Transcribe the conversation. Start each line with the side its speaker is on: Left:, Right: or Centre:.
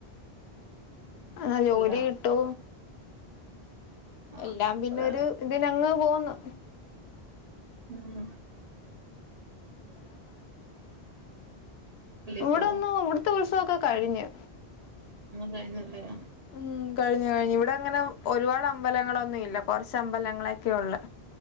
Left: ആ ജോലി
Right: അല്ല
Left: കിട്ടു
Right: ആഹ്
Left: എല്ലാം പിന്നെ
Right: അതാ
Left: ഒരു ഇതിനങ്ങ് പോന്നു
Right: ഉം <inaudible>
Left: ഇവിടെ
Right: ഇപ്പൊ
Left: ഒന്നും ഇവിടുത്തെ ഉത്സവൊക്കെ കഴിഞ്ഞു
Right: കഴിഞ്ഞൊള്ളയാ
Left: മ് കഴിഞ്ഞു കഴിഞ്ഞു ഇവിട ഒരുപാടങ്ങനെ അമ്പലങ്ങൾ ഒന്നുല്ല കൊറച്ച് അമ്പലങ്ങളൊക്കെ ഉള്ളൂ